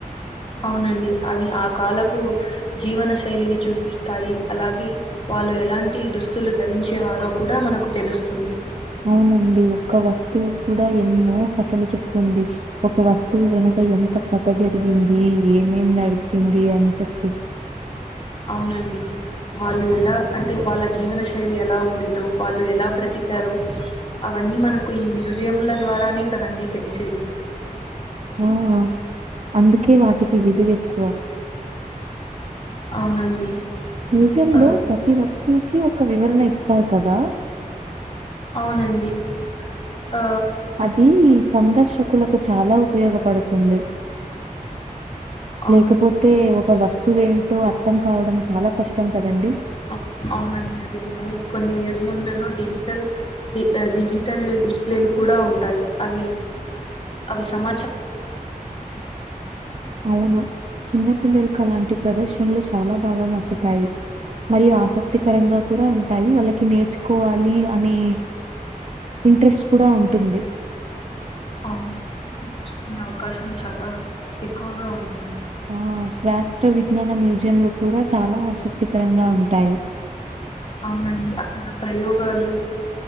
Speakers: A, on the left (about 40°); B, on the right (about 50°).
A: అవునండి అవి ఆ కాలపు జీవన శైలిని చూపిస్తాయి అలాగే వాళ్ళు ఎలాంటి దుస్తులు ధరించేవారో కూడ మనకు తెలుస్తుంది
B: అవునండి. ఒక్క వస్తువు కూడ ఎన్నో కథలు చెప్తుంది ఒక వస్తువు వెనక ఎంత కథ జరిగింది ఏమేమి న చ్చింది అని చెప్పి
A: అవునండి వాళ్ళు ఎలా అంటే వాళ్ళ జీవన శైలి ఎలా ఉండేదో వాళ్ళు ఎలా బ్రతికారు అవన్నీ మనకు ఈ మ్యూజియంల ద్వారానే కదండి తెలిసేది
B: ఆ అందుకే వాటికి విలువ ఎక్కువ
A: అవునండి
B: మ్యూజియంలో
A: ఆ
B: ప్రతి వస్తువుకి ఒక వివరణ ఇస్తారు కదా
A: అవునండి ఆ
B: అది సందర్శకులకు చాల ఉపయోగపడుతుంది
A: అవును
B: లేకపోతే ఒక వస్తువెంటో అర్థం కావడం చాల కష్టం కదండి
A: అ అవునండి అది నిజమే కొన్ని మ్యూజియంలలో డిజిటల్ డిజిటల్ డిస్ప్లేలు కూడ ఉంటాయి అవి అవి సమ
B: అవును చిన్నపిల్లలకు అలాంటి ప్రదర్శనలు చాలా బాగ నచ్చుతాయి మరియు ఆసక్తికరంగా కూడ ఉంటాయి వాళ్ళకి నేర్చుకోవాలి అనే ఇంట్రెస్ట్ కూడ ఉంటుంది
A: అవును చూసి నేర్చుకునే అవకాశం చాల ఎక్కువగ ఉంటుంది
B: ఆ శాస్త్ర విజ్ఞాన మ్యూజియంలు కూడ చాలా ఆసక్తికరంగా ఉంటాయి
A: అవునం ప్రయోగాలు